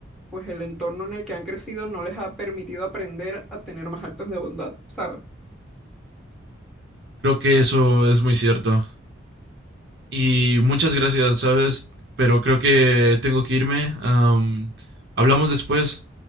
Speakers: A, in the centre; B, on the right.
A: pues el entorno en el que han crecido no les ha permitido aprender a tener más actos de bondad, ¿sabes?
B: Creo que eso es muy cierto. Y muchas gracias, ¿sabes? Pero creo que tengo que irme. am, hablamos después.